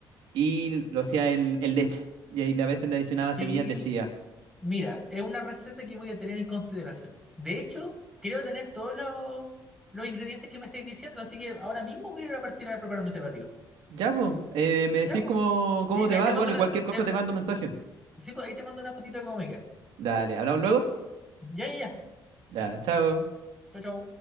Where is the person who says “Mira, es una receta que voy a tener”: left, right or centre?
Centre